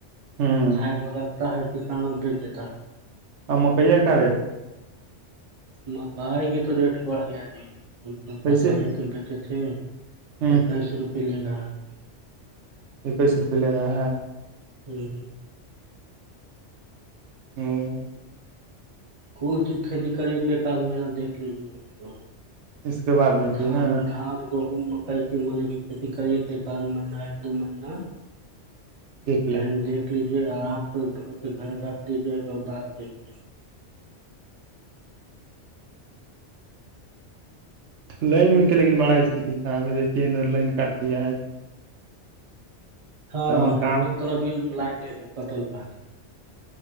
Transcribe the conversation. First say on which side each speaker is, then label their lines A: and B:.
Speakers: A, on the right; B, on the right.
A: ہوں
B: کھائے با جتا ہے کسانوں بیچ دیتا ہے
A: اور مکئی کا ریٹ ہے
B: ن گائی کی تو ریٹ بڑھ گیا جی
A: کیسے
B: ختراہی کے بیچے تھھی
A: ہ
B: اکیس روپے لے جاھی
A: اکیس روپئے لے رہا ہے
B: ہوں
A: <unintelligible>
B: کون چیز کھیتی کری تو ایک آدھ مہینہ دھ لیجیے اس کو
A: اس کے بعد میں چاہیے
B: گان
A: نا
B: گان گہوم کئی کے من کی کھیتی کریے ت ایکال مہینہ ایک دو مہینہ
A: دیکھ لیں
B: ٹائم دیکھ لیجیے آرام سے دھو کے گھر رکھ لیجیے ا بعد بیچے
A: لائن ان کے لیکن بڑا استتی خراب ہے دیکے ادھر لائن کاٹ دیا ہے ایک
B: ہاں
A: نہیں
B: ہم
A: کام
B: لوگ تو ابھی لائن نہیں ہے کٹل ہے